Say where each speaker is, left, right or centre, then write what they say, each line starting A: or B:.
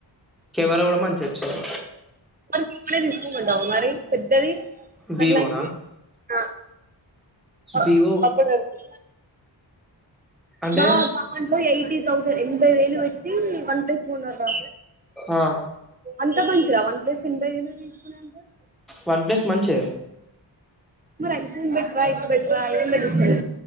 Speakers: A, in the centre; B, on the right (about 20°).
A: కెమెరా కూడా మంచిగా వచ్చింది
B: మరి మరి తీసుకోమంటావు మరి పెద్దది కన్నగి
A: వివోనా
B: ఆ అ
A: వివో
B: అప్పుడువరకు
A: అంటే
B: బా దాంట్లో ఎయిటీ తౌసండ్ ఎన్భై వేలు వెట్టి వన్ ప్లస్ గొన్నర్రు
A: ఆ
B: అంత మంచిదా వన్ ప్లస్ ఇంత ఎందుకు తీసుకున అంటవు
A: వన్ ప్లస్ మంచె
B: మరి ఐ ఫోన్ బెటర్ ఆ ఇది బెటర్ ఆ ఏం దెలుస్తది